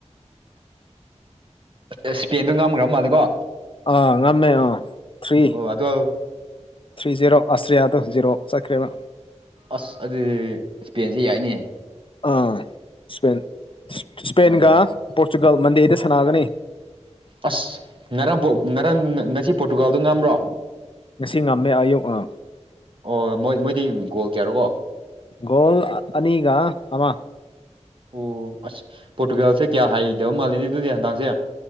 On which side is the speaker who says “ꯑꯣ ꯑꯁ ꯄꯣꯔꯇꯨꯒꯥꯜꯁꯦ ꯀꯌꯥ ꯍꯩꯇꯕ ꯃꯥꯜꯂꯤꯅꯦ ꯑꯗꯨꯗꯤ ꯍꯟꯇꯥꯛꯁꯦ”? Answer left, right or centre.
Right